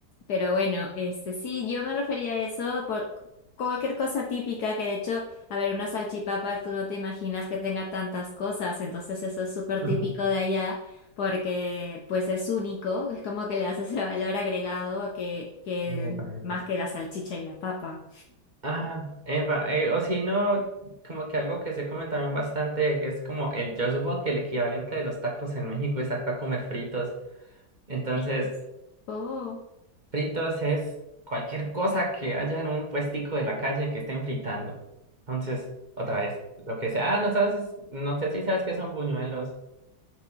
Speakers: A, on the left; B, on the right.
A: pero bueno, este sí, yo me refería a eso por cualquier cosa típica que de hecho, a ver, una salchipapa, tú no te imaginas que tenga tantas cosas, entonces eso es súper
B: Ujú.
A: típico de allá porque pues es único, es como que le das ese valor agregado a que, que
B: Epa, epa.
A: más que la salchicha y la papa.
B: Ah, epa, eh, o si no, como que algo que se come también bastante, que es como el, yo supongo que el equivalente de los tacos en México es acá comer fritos. Entonces,
A: fritos. Oh,
B: fritos es cualquier cosa que haya en un puestico de la calle que estén fritando. Entonces, otra vez, lo que sea, ah, no sabes, no sé si sabes que son buñuelos.